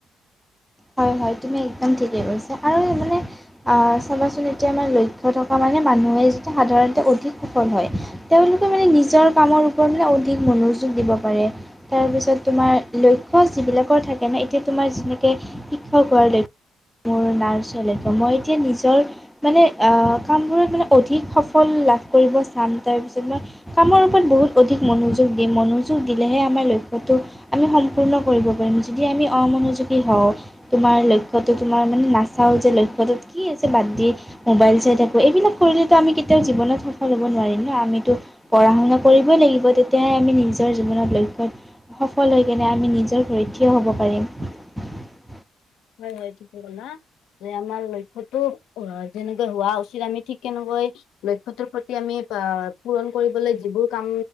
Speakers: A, in the centre; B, on the left.
A: হয় হয় তুমি একদম ঠিকে কৈছা আৰু মানে অ চাবাচোন এতিয়া আমাৰ লক্ষ্য থকা মানে মানুহে যে সাধাৰণতে অধিক সফল হয় তেওঁলোকে মানে নিজৰ কামৰ ওপৰত মানে অধিক মনো- যোগ দিব পাৰে। তাৰপিছত তোমাৰ লক্ষ্য যিবিলাকৰ থাকে ন এতিয়া তোমাৰ যেনেকে শিক্ষা হোৱাৰ ল- মোৰ নাৰ্চলেক। মই এতিয়া নিজৰ মানে অ'- কামবোৰত মানে অধিক সফল লা কৰিব চাম। তাৰপিছত মই কামৰ ওপৰত বহুত অধিক মনোযোগ দিম। মনোযোগ দিলেহে আমাৰ লক্ষ্য টো আমি সম্পূৰ্ণ কৰিব পাৰিম। যদি আমি অমনোযোগী হওঁ তোমাৰ লক্ষ্যটো, তোমাৰ মানে নাচাওঁ যে লক্ষ্যটোত কি আছে বাদ দি, মোবাইল চাই থাকোঁ, এইবিলাক কৰিলেতো আমি কেতিয়াও জীৱনত সফল হ'ব নোৱাৰিম ন'? আমিতো পঢ়া- শুনা কৰিবই লাগিব। তেতিয়াহে আমি নিজ জৰ জীৱনত, লক্ষ্যত সফল হৈকেনে আমি নিজৰ ভৰিত থিয় হ'ব পাৰিম।
B: হয় - হয়, ঠিকে কলা। যে আমাৰ লক্ষ্যতো অ' যেনেকৈ হোৱা উচিত, আমি ঠিক তেনেকৈ লক্ষ্যটোৰ প্ৰতি আমি অ'- পূৰণ কৰিবলৈ যিবোৰ কাম